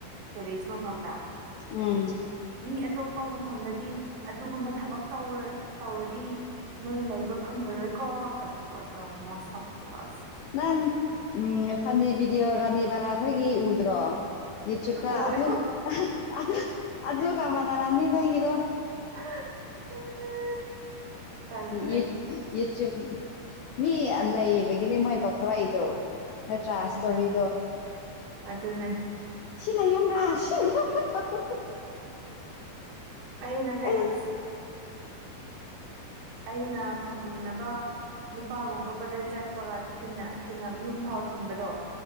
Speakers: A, on the right; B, on the left.
A: ꯇꯦꯔꯦꯁ ꯃꯐꯝꯗ
B: ꯎꯝ
A: ꯃꯤ ꯑꯇꯣꯞꯄ ꯃꯐꯝꯗꯗꯤ ꯑꯗꯨꯒꯨꯝꯕ ꯊꯕꯛ ꯇꯧꯔ ꯇꯧꯔꯗꯤ ꯅꯣꯏ ꯂꯩꯕ ꯐꯪꯂꯉꯔꯣꯏꯀꯣ ꯑꯗꯨ ꯑꯗ ꯃꯁꯛꯇꯨꯒ ꯑꯁ
B: ꯅꯪ ꯎꯝ ꯐꯥꯟꯅꯤ ꯚꯤꯗꯤꯑꯣ ꯔꯥꯅꯤꯕꯂꯥ ꯑꯩꯈꯣꯏꯒꯤ ꯎꯗ꯭ꯔꯣ ꯌꯨꯇ꯭ꯌꯨꯕꯇ
A: ꯎꯋꯦ
B: ꯑꯗꯨ <unintelligible> ꯑꯗꯨꯒ ꯃꯅꯥꯔꯝꯅꯤ ꯅꯣꯏꯒꯤꯗꯣ
A: <inaudible> ꯇꯜꯂꯦ
B: <unintelligible> ꯃꯤ ꯂꯩꯕꯒꯤꯅꯤ ꯃꯣꯏꯅ ꯇꯧꯊꯣꯔꯛꯏꯗꯣ ꯅꯇ꯭ꯔꯥꯥ ꯏꯁ꯭ꯇꯣꯔꯤꯗꯣ
A: ꯎꯝ ꯑꯗꯨꯅꯦ
B: ꯁꯤ ꯅꯌꯨꯝꯔ ꯁꯤ ꯅꯌꯨꯝꯔ ꯇꯧꯕꯗꯨ <unintelligible>
A: ꯑꯩꯅ ꯀꯩꯅꯣ
B: ꯑꯩ
A: ꯑ ꯑꯩꯅ ꯈꯪꯃꯤꯟꯅꯕ ꯅꯨꯄꯥꯒꯨꯝꯕ ꯕꯖꯥꯠ ꯆꯠꯄꯒ ꯊꯤꯟ ꯊꯤꯟꯅ ꯌꯨꯝ ꯐꯥꯎ ꯊꯤꯟꯕꯗꫭ